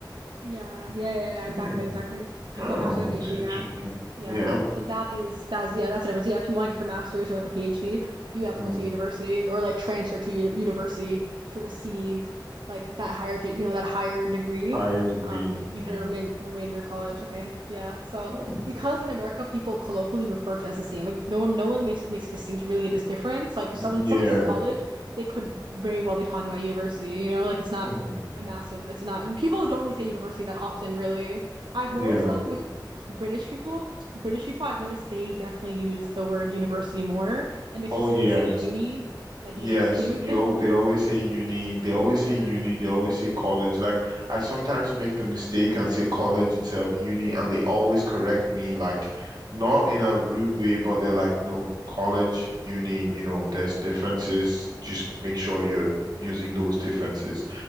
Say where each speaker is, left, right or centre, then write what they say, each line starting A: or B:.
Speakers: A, on the right; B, on the right.
A: Yeah, yeah, yeah, yeah,
B: Hmm.
A: exactly, exactly.
B: Oh,
A: So master's or PhD,
B: that's
A: yeah.
B: interesting.
A: Yeah.
B: Yeah.
A: So that is that's yeah, that's the difference. Yeah, if you want to get your master's or like a PhD, you have
B: Hmm.
A: to go to university or like transfer to uni- university to receive like that higher, ge- you know, that higher degree.
B: Higher degree.
A: Um, you
B: Hmm.
A: can remain remain in your college. Okay. Yeah. So
B: Hmm.
A: because in America people colloquially refer to it as the same. Like no one no one makes it makes a distinction really a dis- difference. Like if someone
B: Yeah.
A: someone says college, they could very well be talking about university, you know, like it's not
B: Hmm.
A: a massive it's not people don't really say university that often really. I've
B: Yeah.
A: noticed though with British people British people, I've noticed they definitely use the word university more, and they specifically
B: Oh, yes.
A: say like uni, like
B: Yes,
A: uni, which is cute.
B: you
A: <laughs>
B: al- they always say uni, they always say
A: Yeah.
B: uni,
A: Uni.
B: they always say college. Like I sometimes make the mistake and say college instead of uni, and they always correct me, like not in a rude way, but they're like, no, college, uni, you know, there's differences. Just make sure you're using those differences.